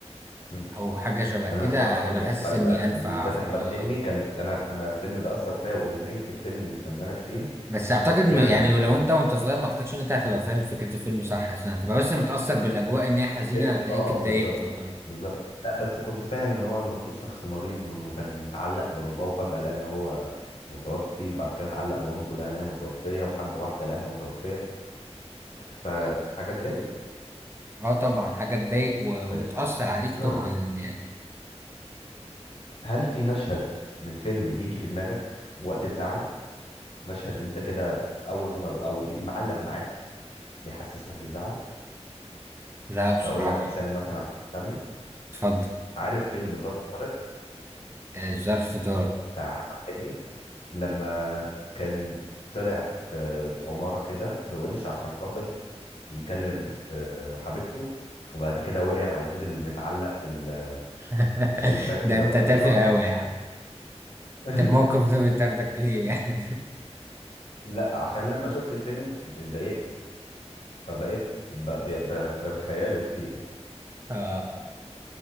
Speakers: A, on the left; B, on the right.
A: م.
B: او حاجه شبه
A: انا
B: كده
A: الصراحه فيلم
B: انا حاسس
A: اسف على
B: اني
A: الازعاج
B: انفع
A: وبالذات
B: في
A: احمد
B: الموضوع
A: حلمي
B: ده
A: كان انا انا الفيلم ده اثر فيا واغنيه الفيلم للفنانه شيرين
B: بس اعتقد
A: فعلا
B: م- يعني لو
A: كان
B: انت وانت صغير ما اعتقدش ان انت هتبقى فاهم فكرة الفيلم صح عشان هتبقى بس متأثر بالاجواء ان هي حزينة
A: ايه
B: هتلاقيك
A: اه
B: اتضايقت
A: بالظبط
B: وخلاص
A: بالظبط بالظبط لا بس كنت فاهم ان هو المفروض شخص مريض وانه كان متعلق بباباه وفجأة لقى ان هو متوفي وبعد كده اتعلق بمامته لقى انها متوفية وحب واحدة لقاها متوفية فحاجة تضايق
B: اه طبعا حاجة تضايق و-
A: طيب
B: وتأثر عليك طبعا
A: نعم.
B: يعني
A: هل في مشهد من فيلم بيجي في دماغك وقت الزعل مشهد انت كده اول ما او بي- معلق معاك بيحسسك بالزعل
B: لا بصراحة
A: اقول لك مثال مثلا عشان تفهمني
B: اتفضل
A: عارف فيلم ظرف طارق
B: آه، ظرف طار
A: بتاع احمد حلمي لما كان طلع في عماره كده بونش عشان خاطر يكلم آه، حبيبته وبعد كده وقع وفضل متعلق في ال-
B: <laughs>
A: في الشباك كده
B: ده انت
A: وكان
B: تافه
A: بيقع
B: قوي يا عم
A: <laughs>
B: طب الموقف ده بيطردك ليه يعني
A: لا عشان لما شفت الفيلم اتضايقت فبقيت ب... ب... ب... بتخيله كتير يعني
B: <laughs> آه